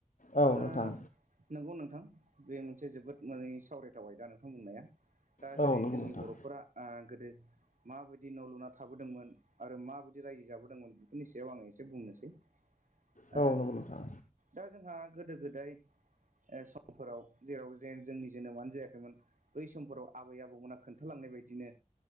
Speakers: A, on the left; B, on the right.
A: औ
B: ओ
A: नोंथां
B: नंगौ नोंथां बे मोनसे जोबोद माने सावरायथाव आदा नोंथां बुंनाया दा
A: औ
B: जेरै
A: नंगौ
B: जोंनि
A: नोंथां
B: बर'फोरा ओ गोदो माबायदि दि न' लुना थाबोदोंमोन आरो माबायदि रायजो जाबोदोंमोन बेफोरनि सायाव आं एसे बुंनोसै
A: औ
B: ओ
A: नंगौ नोंथां
B: दा जोंहा गोदो गोदाय समफोराव जेराव जे जोंनि जोनोमानो जायाखैमोन बै समफोराव आबै आबौमोना खोन्थालां नायबायदिनो